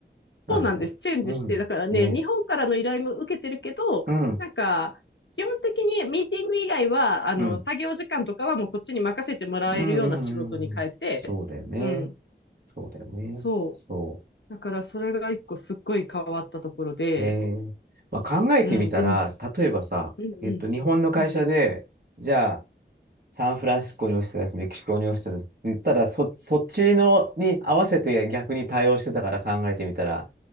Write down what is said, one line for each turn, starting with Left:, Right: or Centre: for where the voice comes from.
Right: なるほど。
Left: そうなんです。チェンジして、
Right: うん。
Left: だからね、
Right: ね。
Left: 日本からの依頼も受けてるけど、
Right: うん。
Left: なんか、基本的にミーティング以外は、あの、
Right: うん。
Left: 作業時間とかはもうこっちに任せてもらえるような仕事に変えて、
Right: うんうんうん。そうだよね。
Left: うん、
Right: そうだよね。
Left: そう。
Right: そ
Left: だからそれが一個すっごい変わったところで、
Right: う。えーまあ、考えてみたら、
Left: うん、で、うん
Right: 例えばさ、
Left: うん、
Right: えっと、日本の会社で、
Left: うん。
Right: じゃあ、サンフランシスコにオフィスがあるし、メキシコにオフィスがあるしって言ったら、そ、そっちのに合わせて逆に対応してたから考えてみたら、